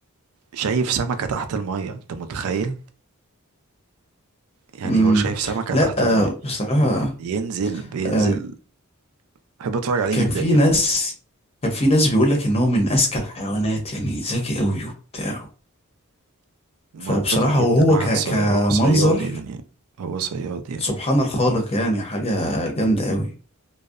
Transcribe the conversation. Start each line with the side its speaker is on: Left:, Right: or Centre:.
Right: شايف سمكه تحت الميه انت متخيل يعني
Left: مم.
Right: هو شايف سمكه
Left: لا
Right: تحت الميه
Left: آه، بصراحة
Right: ينزل بينزل
Left: آه،
Right: بحب اتفرج عليه
Left: كان
Right: جدا
Left: في
Right: يعني
Left: ناس كان في ناس بيقول لك ان هو من اذكى الحيوانات يعني ذكي قوي وبتاع
Right: منطقي
Left: فبصراحة
Right: جدا
Left: وهو
Right: واحد
Left: ك...
Right: صي...
Left: كمنظر
Right: هو صياد يعني هو صياد يعني
Left: سبحان الخالق يعني حاجة جامدة قوي